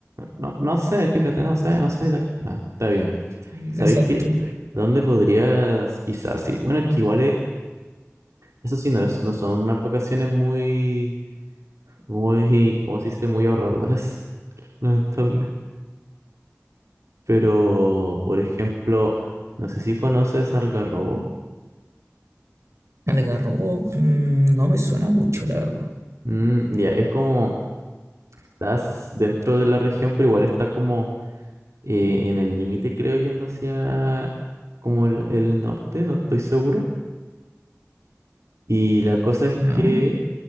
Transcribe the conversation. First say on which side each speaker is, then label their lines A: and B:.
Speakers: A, on the right; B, on the right.
A: No, no sé, fíjate, no sé, no soy de acá. Nah, está bien.
B: Sí,
A: ¿Sabéis
B: exacto.
A: qué? ¿Dónde podrías, quizás, sí? Bueno, es que igual, eh, eso sí, no, es- no son unas vacaciones muy, muy, ¿cómo se dice? Muy ahorradoras, <laughs> lamentable. Pero, por ejemplo, no sé si conoces Algarrobo.
B: Algarrobo, mm, no me suena mucho, la verdad.
A: Mm, ya, es como, estás dentro de la región, pero igual está como eh, en el límite, creo, yendo hacia como el el norte, no estoy seguro. Y la cosa es
B: Ya.
A: que